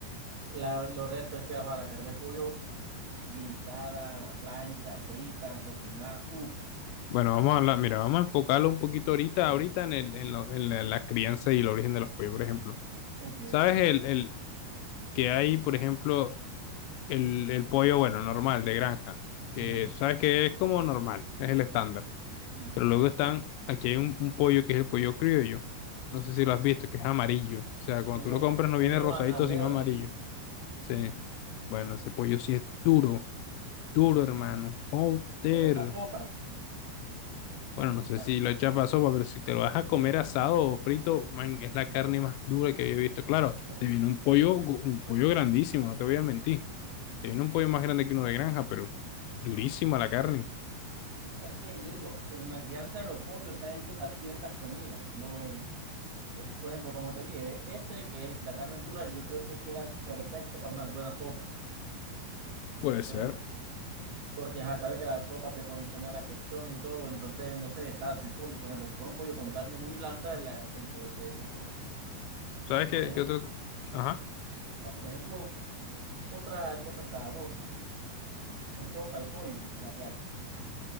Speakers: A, on the right (about 60°); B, on the left (about 85°).
A: La, lo resto es que ajá, la carne de pollo guisada, a la plancha, frita, cocinada. uff
B: Bueno, vamos a hablar, mira, vamos a enfocarlo un poquito ahorita, ahorita en el, en lo- en la, la crianza y el origen de los pollos, por ejemplo.
A: ok.
B: ¿Sabes el, el que hay, por ejemplo? el, el pollo, bueno, normal, de granja,
A: Ujú,
B: que sabes que es como normal, es el estándar.
A: sí.
B: Pero luego están, aquí hay un, un pollo que es el pollo criollo. No sé si lo has visto, que es amarillo. O sea, cuando
A: Pollo,
B: tú lo compras no
A: pollo
B: viene rosadito,
A: manaurero
B: sino amarillo.
A: le dicen,
B: Sí. Bueno, ese pollo sí es duro, duro, hermano.
A: sí.
B: Joder.
A: Pero para sopas,
B: Bueno, no sé
A: para,
B: si lo echas para sopa, pero si te lo vas a comer asado o frito, man, es la carne más dura que había visto. Claro,
A: por
B: te
A: eso,
B: viene un pollo, gu- un pollo grandísimo, no te voy a mentir.
A: sí.
B: Tiene un pollo más grande que uno de granja, pero durísima la carne.
A: sabes qué yo digo, según la crianza de los pollos está hecho para ciertas comidas, no es, por ejemplo, como te dije, este que es la carne dura, yo creo que queda perfecto para unas buenas sopas,
B: Puede ser.
A: pero porque ya sabe que las sopas se pueden poner a cocción y todo, entonces no se deshace el pollo. Por ejemplo, si fuera un pollo con carne muy blanda, la- el pollo se deshace.
B: ¿Sabes
A: Por
B: qué,
A: ejemplo,
B: qué otro? Ajá,
A: por ejemplo, otra cosa sabrosa. con sopa y pollo, el ajiaco,